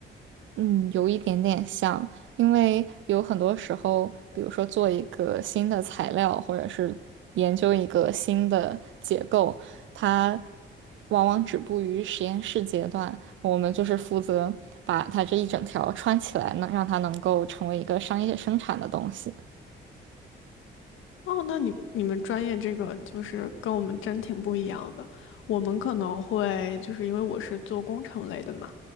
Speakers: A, on the right (about 75°); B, on the left (about 85°).
A: 嗯，有一点点像，因为有很多时候，比如说做一个新的材料，或者是研究一个新的结构，它往往止步于实验室阶段。我们就是负责把它这一整条穿起来呢，让它能够成为一个商业生产的东西。
B: 哦，那你你们专业这个就是跟我们真挺不一样的。我们可能会就是因为我是做工程类的嘛，